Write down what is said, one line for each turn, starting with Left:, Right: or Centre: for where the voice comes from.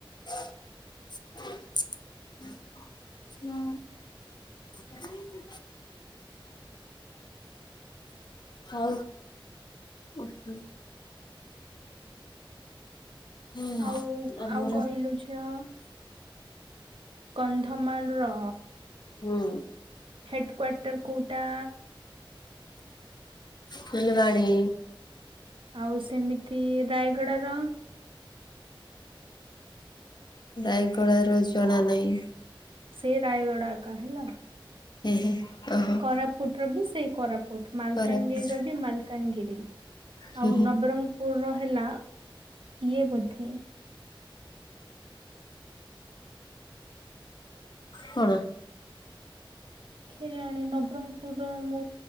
Left: ହୁଁ। ହଉ। ଓ ହୋ ହୁଁ
Right: ଆଉ
Left: ଆମର
Right: ଆଉ କହିଲୁ ଝିଅ? କନ୍ଧମାଳର
Left: ହୁଁ
Right: ହେଡ଼ କ୍ଵାର୍ଟର କଉଟା?
Left: ଫୁଲବାଣୀ।
Right: ଆଉ ସେମିତି ରାୟଗଡ଼ା ର?
Left: ରାୟଗଡ ର ଜଣା ନାହିଁ
Right: ସେ ରାୟଗଡା ଏକା ହେଲା।
Left: ଏହେ ଓହୋ।
Right: କୋରାପୁଟ ର ବି ସେଇ କୋରାପୁଟ ମାଲକାନଗିରିର
Left: କୋରାପୁଟ
Right: ବି ମାଲକାନଗିରି
Left: ହୁଁ
Right: ଆଉ
Left: ହୁଁ
Right: ନବରଙ୍ଗର ପୁର ର ହେଲା ଇଏ ବୋଧେ
Left: କଣ?
Right: କେ ଜାଣି ନବରଙ୍ଗପୁର ମୁଁ